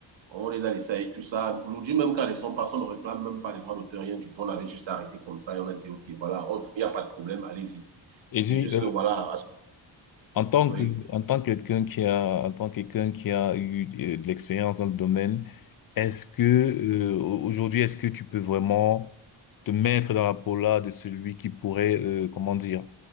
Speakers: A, on the right; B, on the left.
A: On les a laissés avec tout ça. Aujourd'hui, même quand les sons passent, on ne réclame même pas les droits d'auteur, rien du tout. On avait juste arrêté comme ça et on a dit, OK, voilà, il n'y a pas de problème, allez-y.
B: Et dis,
A: C'est juste que, voilà,
B: En tant
A: oui.
B: que, en tant que quelqu'un qui a, en tant que quelqu'un qui a eu euh, de l'expérience dans le domaine, est-ce que, euh, au- aujourd'hui, est-ce que tu peux vraiment te mettre dans la peau là de celui qui pourrait, euh, comment dire,